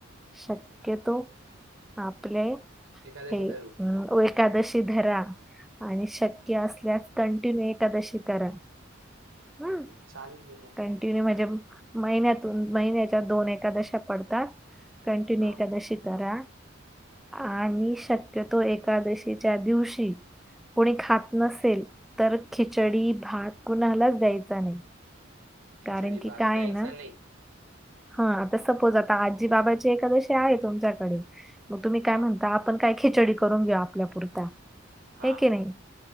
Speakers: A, in the centre; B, on the right.
A: शक्यतो आपले
B: एकादशी
A: हे
B: धरू.
A: व एकादशी धरा आणि शक्य असल्यास कंटिन्यू एकादशी करा हम्म
B: चाल को म <inaudible>
A: कंटिन्यू म्हणजे महिन्यातून महिन्याच्या दोन एकादशात पडतात. कंटिन्यू
B: हां.
A: एकादशी करा आणि शक्यतो एकादशीच्या दिवशी. कोणी खात नसेल तर खिचडी भात कुणालाच द्यायचा नाही.
B: खिचडी
A: कारण की
B: भात
A: काय
B: द्यायचा
A: आहे ना
B: नाही.
A: हा आता सपोज आता आजी बाबाची एखादशी आहे तुमच्याकडे मग तुम्ही
B: हां.
A: काय म्हणता. आपण काय खिचडी करून घेऊ आपल्या पुरता
B: हां
A: हे की नाही?